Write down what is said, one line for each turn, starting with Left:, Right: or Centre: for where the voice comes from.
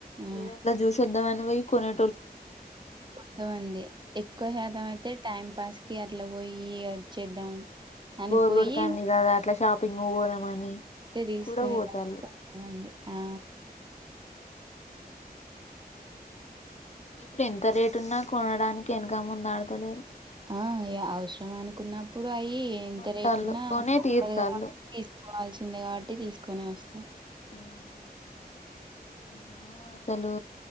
Right: ఆ
Left: ఏది అట్లా జూసి వద్దాం అని పోయి కొనే
Right: కొంతమంది ఎక్కువ శాతం అయితే టైం పాస్ కి అట్లా పోయ్యి చేద్దాం అని
Left: బోర్
Right: పోయ్యి
Left: కొడుతాంది కదా అట్లా షాపింగ్ పోదామని
Right: తీసుకుని
Left: కూడా పోతాళ్ళు
Right: కొంతమంది ఆ
Left: ఇప్పుడు ఎంత రేటు ఉన్నా కొనడానికి ఎనక ముంద ఆడతలేరు
Right: ఆ ఇగ అవసరం అనుకున్న ఇప్పుడు అయ్యి ఎంత
Left: కొంటాళ్ళు
Right: రేట్ ఉన్నా
Left: కొనే
Right: తప్పది
Left: తీరుతాళ్ళు
Right: కదా తీసుకోవాల్సిందే కాబట్టి తీసుకు కొనేస్తారు
Left: ఉమ్ మినిమం అసలు